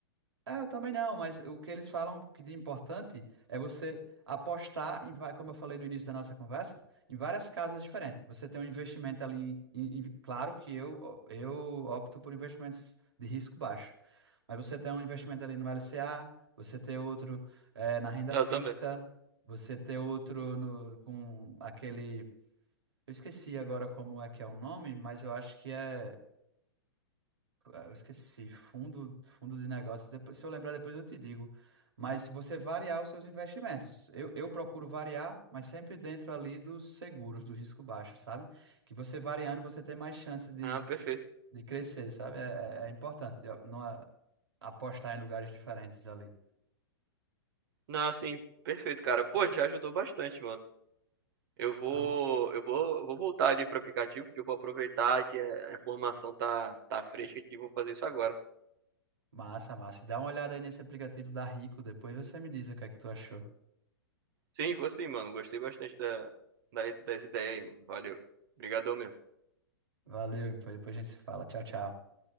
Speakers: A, on the right; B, on the right.
A: é, eu também não, mas o que eles falam que de importante é você apostar em, va- como eu falei no início da nossa conversa, em várias casas diferentes. Você tem um investimento ali, em- em- claro que eu, eu opto por investimentos de risco baixo, mas você tem um investimento ali no LCA, você tem outro eh, na renda
B: Eu
A: fixa,
B: também.
A: você tem outro no, com aquele, eu esqueci agora como é que é o nome, mas eu acho que é ah, Eu esqueci, fundo, fundo de negócios. Depois, se eu lembrar, depois eu te digo. Mas você variar os seus investimentos. Eu, eu procuro variar, mas sempre dentro ali dos seguros, do risco baixo, sabe? Que você variando, você tem mais chances de,
B: Ah, perfeito.
A: de crescer, sabe? É, é, é importante ó, não a- apostar em lugares diferentes ali.
B: Não, assim, perfeito, cara. Pô, já ajudou bastante, mano. Eu vou,
A: Ah, ma-
B: eu vou, eu vou voltar ali pro aplicativo, que eu vou aproveitar que a informação tá, tá fresca aqui e vou fazer isso agora.
A: massa, massa. E Dá uma olhada aí nesse aplicativo da Rico, depois você me diz o que é que tu achou.
B: Sim, vou sim, mano. Gostei bastante da, da- das ideias aí, mano. Valeu. Obrigadão mesmo.
A: Valeu, depois a gente se fala. Tchau, tchau.